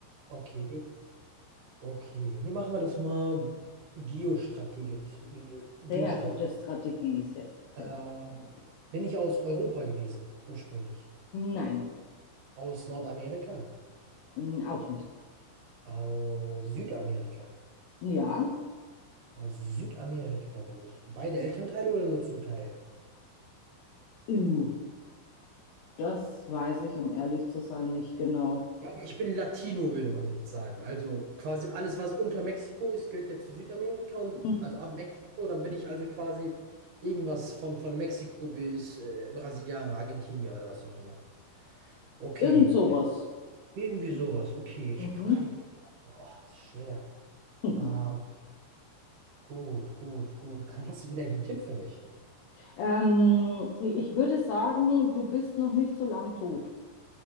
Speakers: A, on the right; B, on the left.
A: okay. okay. Nee, machen wir das mal geostrategisch. Geostrategisch.
B: Sehr gute Strategie, sehr, sehr
A: Ähm,
B: gute Strategie.
A: bin ich aus Europa gewesen, ursprünglich?
B: Nein.
A: Aus Nordamerika?
B: Hm, Auch nicht.
A: Aus Südamerika?
B: Ja,
A: Aus Südamerika bin ich. Beide Elternteile oder nur zum Teil?
B: Ew. das weiß ich, um ehrlich zu sein, nicht genau.
A: Ich bin Latino, würde man jetzt sagen. Also quasi alles, was unter Mexiko ist, gehört ja zu Südamerika und
B: Hm.
A: also ab Mexiko, dann bin ich also quasi irgendwas von, von Mexiko bis äh, Brasilianer, Argentinier oder was auch immer. Okay,
B: Irgend sowas.
A: irgendwie sowas. Okay, ich
B: Mhm.
A: kann. Ach, das ist schwer.
B: <laughs>
A: Ähm, gut, gut, gut. Kann- Hast du vielleicht einen Tipp für mich?
B: Ähm, ich würde sagen, du bist noch nicht so lang tot.